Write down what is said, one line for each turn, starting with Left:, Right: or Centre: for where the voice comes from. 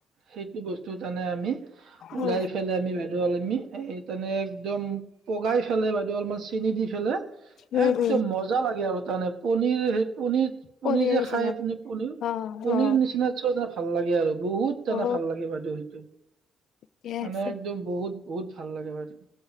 Right: সেইটো বস্তু। তটো তানে আমি <unintelligible> ওলাই
Left: উম
Right: ফেলাই আমি বাইদেৱল আমি এই <unintelligible> তেনেক <unintelligible> একদম পগাই খালে, বাইদেউ অলপমান চেনি দি খালে।
Left: উম
Right: একদম
Left: উম
Right: মজা লাগে আৰু তাৰমানে। পনীৰ সেই পনীৰ। পুনি
Left: পনীৰ
Right: যে
Left: নিচিনা
Right: খাইপুনি পনীৰ,
Left: অ
Right: পনীৰ
Left: অ
Right: নিচিনা চ ভাল লাগে আৰু। বহুত তানে
Left: অ
Right: ভাল লাগে বাইদেউ সেইটো,
Left: ঠিকে
Right: মানে
Left: আছে
Right: একদম বহুত বহুত ভাল লাগে বাইদেউ